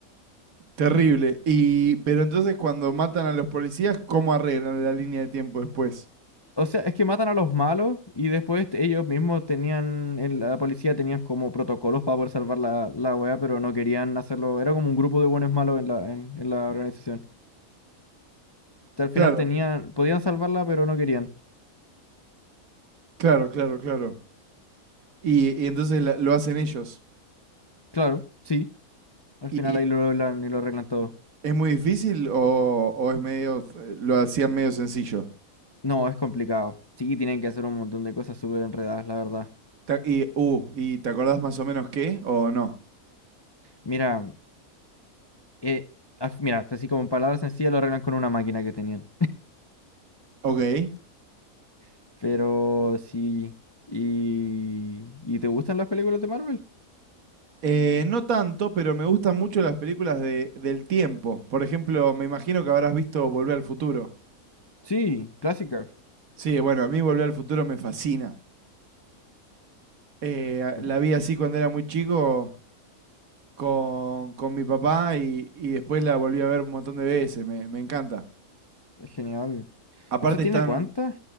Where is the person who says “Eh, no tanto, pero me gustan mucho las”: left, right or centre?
Right